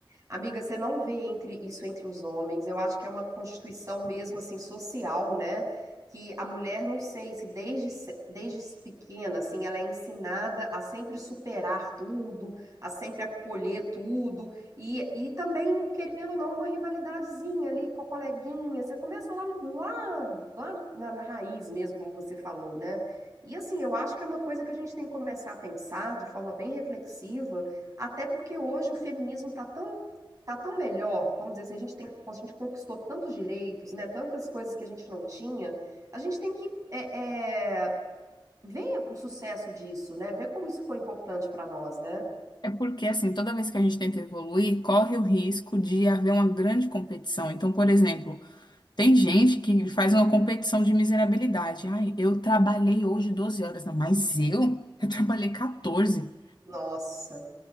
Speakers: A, on the right; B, on the left.
A: Amiga, você não vê entre isso entre os homens. Eu acho que é uma constituição mesmo assim social, né? Que a mulher, não sei, se desde, se- desde pequena, assim, ela é ensinada a sempre superar tudo, a sempre acolher tudo, e, e também, querendo ou não, uma rivalidadezinha ali com a coleguinha. Você começa lá, no- lá, lá na na raiz mesmo, como você falou, né? E assim, eu acho que é uma coisa que a gente tem que começar a pensar de forma bem reflexiva, até porque hoje o feminismo está tão, tá tão melhor, vamos dizer assim, a gente tem, a gente conquistou tantos direitos, né, tantas coisas que a gente não tinha, a gente tem que é, é, ver o sucesso disso, né, ver como isso foi importante para nós, né?
B: É porque, assim, toda vez que a gente tenta evoluir, corre o risco de haver uma grande competição. Então, por exemplo, Tem gente que faz uma competição de miserabilidade. Ai, eu trabalhei hoje 12 horas. Não, mas eu? Eu trabalhei 14.
A: Nossa,